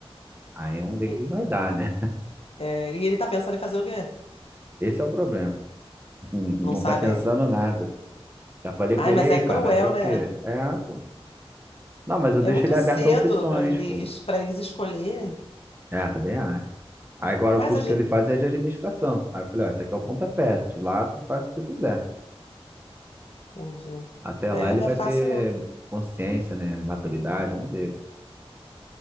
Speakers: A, on the right; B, on the left.
A: Aí vamos ver
B: E-
A: o que vai dar, né?
B: é, e ele tá pensando em fazer o quê?
A: Esse é o problema. <laughs> Não
B: Não sabe
A: tá pensando
B: ainda.
A: nada. Já falei
B: Ai,
A: com ele
B: mas
A: aí,
B: é
A: cara,
B: cruel,
A: vai ser o
B: né?
A: quê? É, pô. Não, mas eu
B: É
A: deixo
B: muito
A: ele aberto
B: cedo
A: a opções,
B: pra eles
A: pô.
B: para eles escolherem.
A: É, também acho. Aí agora
B: Mas
A: o curso
B: a gente...
A: que ele faz é de administração. Aí eu falei, ó, esse aqui é o pontapé, de lá tu faz o que tu quiser.
B: Entendi.
A: Até
B: É,
A: lá ele
B: não
A: vai
B: é fácil,
A: ter
B: não.
A: consciência, né? Maturidade, vamos ver.